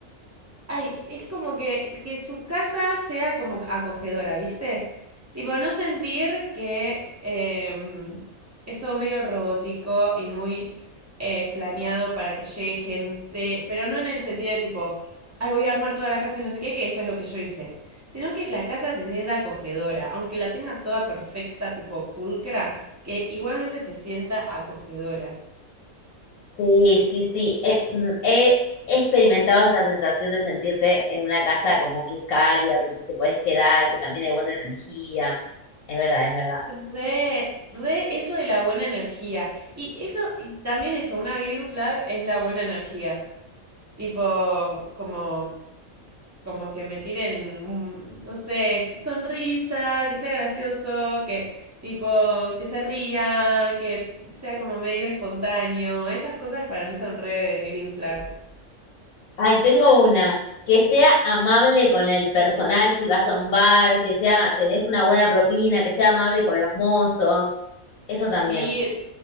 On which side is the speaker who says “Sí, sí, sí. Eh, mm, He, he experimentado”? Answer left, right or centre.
Left